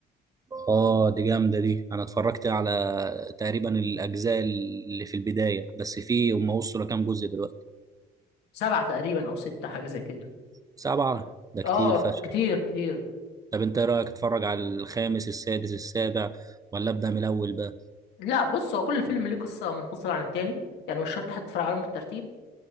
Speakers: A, on the right; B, on the left.
A: اه دي جامده دي انا اتفرجت على تقريبا الاجزاء اللي في البدايه بس في هم وصلوا لكام جزء دلوقتي
B: سبعة تقريبا او ستة حاجة زي كده
A: سبعه ده كتير
B: اه
A: فشخ
B: كتير كتير
A: طب انت ايه رايك اتفرج على الخامس السادس السابع ولا ابدا من الاول بقى
B: لا بص هو كل فيلم ليه قصة منفصلة عن التاني يعني مش شرط حتى تتفرج عليهم بالترتيب